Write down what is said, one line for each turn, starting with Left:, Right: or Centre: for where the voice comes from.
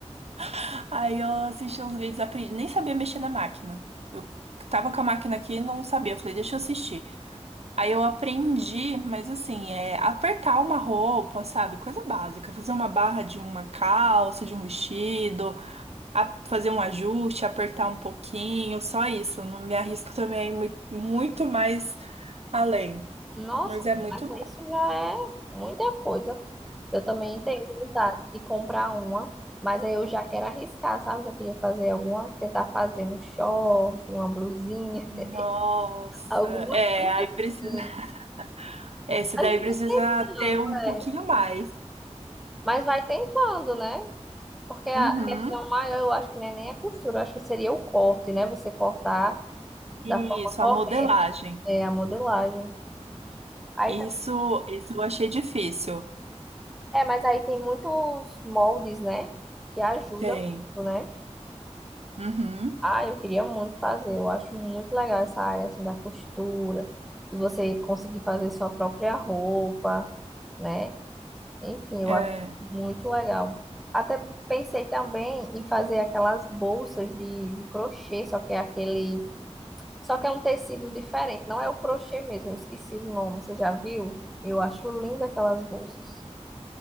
Right: <laughs> Aí eu assisti uns vídeos, aprendi, nem sabia mexer na máquina. Eu tava com a máquina aqui e não sabia. Eu falei, deixa eu assistir. Aí eu aprendi, mas assim, é apertar uma roupa, sabe? Coisa básica. Fazer uma barra de uma calça, de um vestido, a- fazer um ajuste, apertar um pouquinho, só isso. Não me arrisco também mui- muito mais além.
Centre: Nossa,
Right: Mas é muito
Centre: mas isso já é muita coisa. Eu também tenho vontade de comprar uma, mas aí eu já quero arriscar, sabe? Já queria fazer alguma, tentar fazer um short, uma blusinha, <laughs>
Right: Nossa,
Centre: alguma
Right: é,
Centre: coisa
Right: aí
Centre: assim.
Right: precisa, <laughs> esse
Centre: Mas
Right: daí
Centre: vai
Right: precisa
Centre: tentando,
Right: ter um pouquinho
Centre: é.
Right: mais.
Centre: Mas vai tentando, né? Porque a
Right: Uhum.
Centre: questão maior, eu acho que não é nem a costura, eu acho que seria o corte, né? Você cortar
Right: Isso,
Centre: da forma correta,
Right: a modelagem.
Centre: é, a modelagem. Aí,
Right: Isso,
Centre: tá-
Right: isso eu achei difícil.
Centre: é, mas aí tem muitos moldes, né? Que ajudam,
Right: Tem.
Centre: muito, né?
Right: Uhum.
Centre: Ah, eu queria muito fazer. Eu acho muito legal essa área assim da costura, de você conseguir fazer sua própria roupa, né? Enfim, eu
Right: É.
Centre: acho muito legal. Até pensei também em fazer aquelas bolsas de, de crochê, só que é aquele, só que é um tecido diferente, não é o crochê mesmo, eu esqueci o nome, você já viu? Eu acho linda aquelas bolsas.